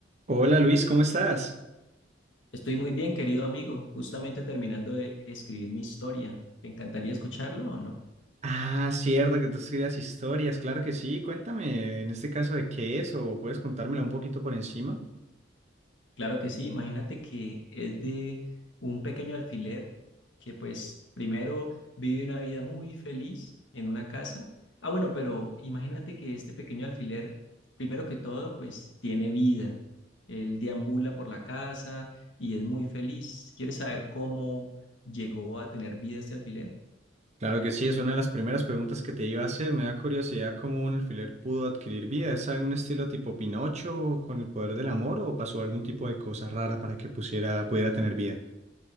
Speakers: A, on the right; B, on the left.
A: Hola Luis, ¿cómo estás?
B: Estoy muy bien, querido amigo, justamente terminando de escribir mi historia. ¿Te encantaría escucharla o no?
A: Ah, cierto que tú estudias historias, claro que sí. Cuéntame en este caso de qué es o puedes contármela un poquito por encima.
B: Claro que sí, imagínate que es de un pequeño alfiler que pues primero vive una vida muy feliz en una casa. Ah, bueno, pero imagínate que este pequeño alfiler, primero que todo, pues tiene vida. Él deambula por la casa y es muy feliz. ¿Quieres saber cómo llegó a tener vida este alfiler?
A: Claro que sí, es una de las primeras preguntas que te iba a hacer. Me da curiosidad cómo un alfiler pudo adquirir vida. ¿Es algún estilo tipo Pinocho con el poder del amor o pasó algún tipo de cosa rara para que pusiera, pudiera tener vida?